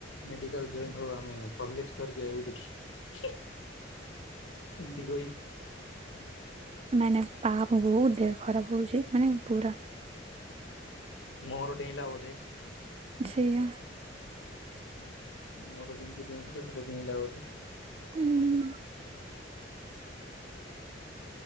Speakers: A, on the left; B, on the right.
A: ମେଡିକାଲ ଜଏନ ହଉ ଆମେ ପବ୍ଲିକ ସ୍ତରୀକ କରିବୁ ଆଇବୁ ଦେଖି ଏମତି କହି
B: ନାଇଁ ନାଇଁ ପାହାପ ବୋହୁତ ଦେହ ଖରାପ ହଉଛି ମାନେ ପୁରା।
A: ମୋର ଡେଇଁଲା ବୋଧେ।
B: ସେଇଆ।
A: ମୋର ଯେମିତି ଡେଉଁ ଥିଲା ସେଟା ଡେଇଁଲା ବୋଧେ।
B: ହୁଁ।